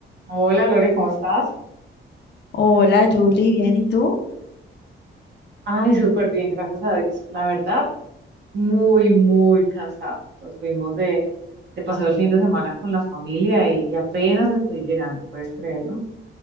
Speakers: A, on the right (about 55°); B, on the left (about 55°).
A: Hola Lore, ¿cómo estás?
B: Hola, Julie, bien, ¿y tú?
A: Ay, súper bien, gracias a Dios. La verdad, muy, muy cansada. Nos fuimos de, de paseo el fin de semana con la familia y, y apenas estoy llegando, ¿puedes creerlo?